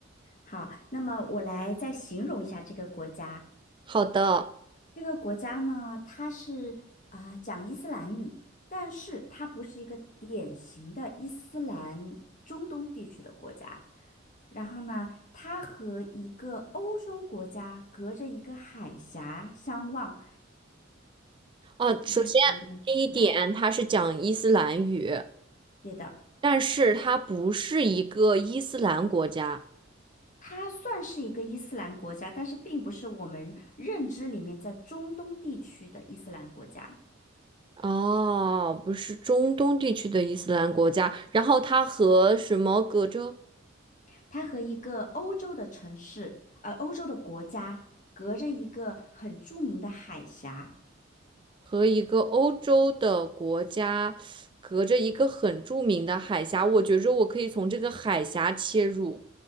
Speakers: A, on the left; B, on the right.
A: 好，那么我来再形容一下这个国家。
B: 好的。
A: 这个国家呢，它是啊、讲伊斯兰语，但是它不是一个典型的伊斯兰中东地区的国家。然后呢，它和一个欧洲国家隔着一个海峡相望。
B: 哦，
A: 你看能不能看出来？
B: 首先第一点，它是讲伊斯兰语，
A: 对的。
B: 但是它不是一个伊斯兰国家。
A: 它算是一个伊斯兰国家，但是并不是我们认知里面在中东地区的伊斯兰国家。
B: 哦，不是中东地区的伊斯兰国家，然后它和什么隔着？
A: 它和一个欧洲的城市，呃，欧洲的国家隔着一个很著名的海峡。
B: 和一个欧洲的国家隔着一个很著名的海峡，我觉着我可以从这个海峡切入，